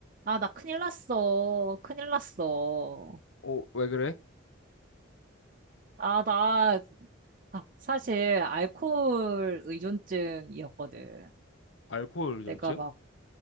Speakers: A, on the right (about 45°); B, on the left (about 75°).
A: 아, 나 큰일 났어. 큰일 났어.
B: 어, 왜 그래?
A: 아, 나, 아, 사실, 알코올 의존증이었거든.
B: 알코올 의존증?
A: 내가 막,